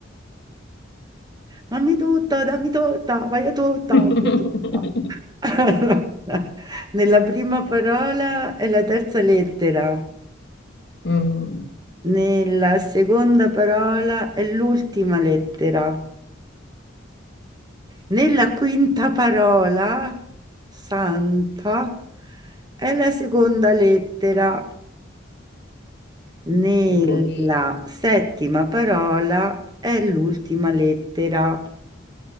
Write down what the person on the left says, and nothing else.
<laughs>
Mm,
bovini.